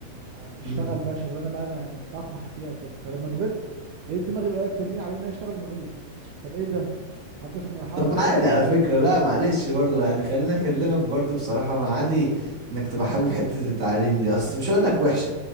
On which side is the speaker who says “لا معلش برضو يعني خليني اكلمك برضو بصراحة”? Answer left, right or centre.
Right